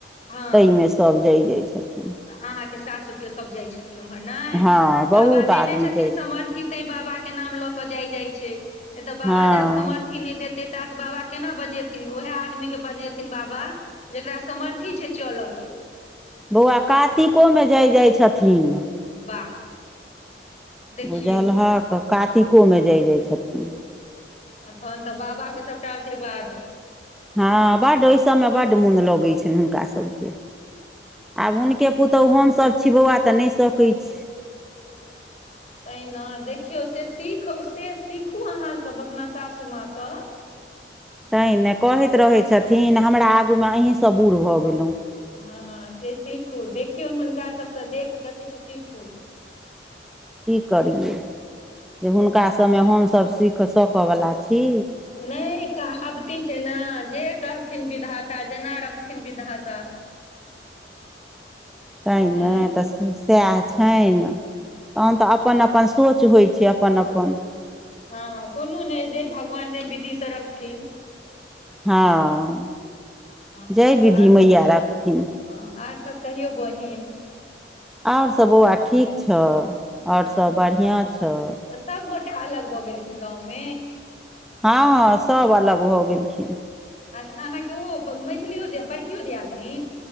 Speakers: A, on the left; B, in the centre.
A: हँ
B: तई में सब जाय जाइ छथिन।
A: तऽ अहाँके सासुर के सब जाइ छथिन। ओम्हर नई
B: हँ
A: बाबा
B: बहुत
A: देने
B: आदमी
A: छथिन
B: जाइ
A: सामर्थ्य
B: छै
A: ते बाबा के के नाम लऽ के जाय जाइ छै। नहि तऽ बाबााजाबे
B: हँ
A: सामर्थ्य नई दे ते तात बाबा केना बजेथिन ओएहे आदमी के बजेथिन बाबा जेकरा सामर्थी छै। चलक के
B: बौआ कातिकोमें जाय जाइ छथिन,
A: वाह देखियौ
B: बुझलहक कातिकोमें जाय जाइ छथिन,
A: आ तहन तऽ बाबा के सब टा आशीर्वाद
B: हँ, बड्ड ओहि सभमें बड्ड मोन लगैत छनि। हुनकासभके आब हुनके पुतहु हमसभ छी। बौआ तऽ नहि सकै छी
A: पहिना देखियौ से सीख से सीखू अहाँसब अपना सासूमाँ स <inaudible>
B: तैँ ने कहैत रहै छथिन, हमरा आगू में अहीँसब बूढ़ भऽ गेलहुँ।
A: हँ, से सीखू देखियौन हुनका सभसँ देख कऽ किछु सीखू <inaudible>
B: की करियै
A: कोनो
B: जे हुनका
A: नहि
B: सब
A: छै
B: में हमसभ सीख सकय वला छी।
A: नई कहाबती छै, ने जे कहथिन विधाता जेना रखथिन विधाता
B: त ने
A: एं
B: त सेह छनि तहन तऽ अपन अपन सोच होइ छै, अपन अपन
A: हँ, कोनो नई जे भगवान जे विधि स रखथिन
B: हँ,
A: हँ
B: जाय विधि
A: आर तऽ
B: मैया रखथिन
A: हँ आर सब कहियो बहिन
B: और सभ बौआ ठीक छ और
A: हँ
B: सभ बढ़िआँ छ
A: तऽ सभगोटा अलग भऽ गेलखिन गाँवमे
B: हँ सभ अलग भ गेलखिन
A: अच्छा अहाँके ओहो मझलियो दि बड़कियो दियादनी